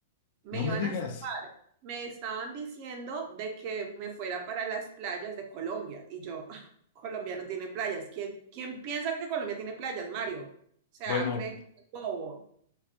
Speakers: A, on the right; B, on the left.
A: me
B: No
A: iban
B: me digas.
A: a zafar. Me estaban diciendo de que me fuera para las playas de Colombia. Y yo, "Ah, Colombia no tiene playas. ¿Quién, quién piensa que Colombia tiene playas, Mario? O sea,
B: Bueno,
A: creen que es bobo.